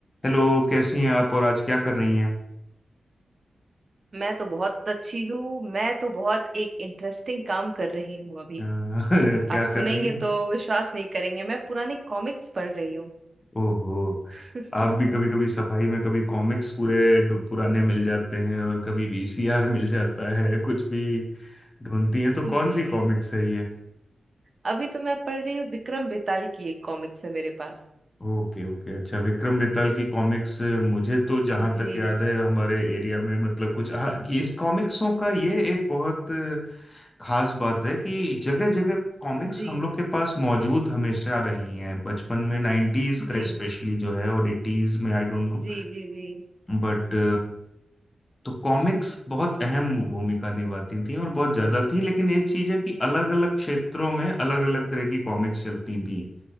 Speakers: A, on the left; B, on the right.
A: Hello कैसी हैं आप और आज क्या कर रही हैं
B: मैं तो बहुत अच्छी हूँ मैं तो बहुत एक इंटरेस्टिंग काम कर रही हूँ अभी
A: अ, <laughs> क्या
B: आप
A: कर
B: सुनेंगे
A: रही हैं
B: तो विश्वास नहीं करेंगे मैं पुराने कॉमिक्स पढ़ रही हूँ
A: ओहो
B: <laughs>
A: आप भी कभी कभी सफाई में कभी कॉमिक्स पूरे पुराने मिल जाते हैं और कभी वीसीआर मिल जाता है कुछ भी ढूंढती हैं तो
B: जी
A: कौन सी कॉमिक्स है
B: अभी तो मैं पढ़ रही हूँ विक्रम बेताल की एक कॉमिक्स है मेरे पास
A: ओके ओके अच्छा विक्रम बेताल की कॉमिक्स मुझे तो जहां
B: जी
A: तक याद है हमारे एरिया में मतलब कुछ हाँ, कि इस कॉमिक्सों का ये एक बहुत खास बात है कि जगह जगह कॉमिक्स
B: जी
A: हम लोग के पास मौजूद हमेशा रही हैं बचपन में नाइन्टीज
B: जी
A: का स्पेशली जो है और एटीज में आई डोंट नो
B: जी जी जी
A: बट तो कॉमिक्स बहुत अहम भूमिका निभाती थी और बहुत ज्यादा थी लेकिन एक चीज है कि अलग अलग क्षेत्रों में अलग अलग तरह की कॉमिक्स चलती थी